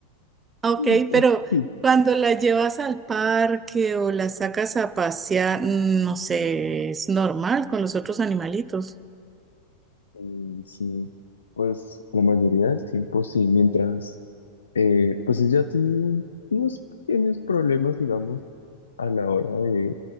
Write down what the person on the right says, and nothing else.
<laughs> Ok,
pero cuando la llevas al parque o la sacas a pasear, mm, no sé, es normal con los otros animalitos.